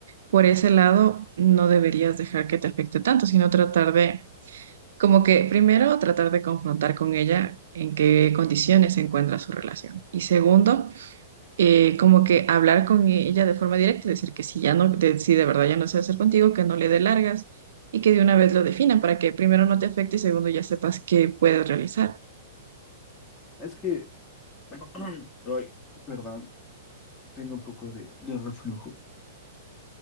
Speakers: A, on the right; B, on the left.
A: por ese lado no deberías dejar que te afecte tanto, sino tratar de Como que primero tratar de confrontar con ella en qué condiciones se encuentra su relación. Y segundo, eh, como que hablar con ella de forma directa, decir que si ya no, de, si de verdad ya no se hacer contigo, que no le dé largas y que de una vez lo definan para que primero no te afecte y segundo ya sepas qué puedes realizar.
B: Es que, <clears throat> ay, perdón, tengo un poco de, de reflujo.